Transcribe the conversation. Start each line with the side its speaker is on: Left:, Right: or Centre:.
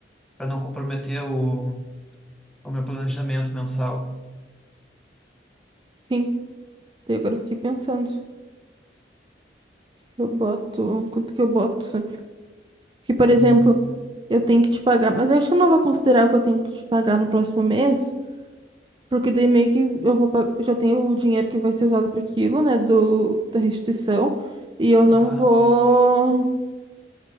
Centre: para não comprometer o, o meu planejamento mensal.
Right: Sim, Daí agora eu fiquei pensando. Eu boto. Quanto que eu boto, sabe? Porque, por
Centre: Uhum.
Right: exemplo, eu tenho que te pagar, mas eu acho que eu não vou considerar o que eu tenho que te pagar no próximo mês. Porque daí meio que eu vou pa- já tenho o dinheiro que vai ser usado para aquilo, né, do da restituição, e eu não
Centre: Ah,
Right: vou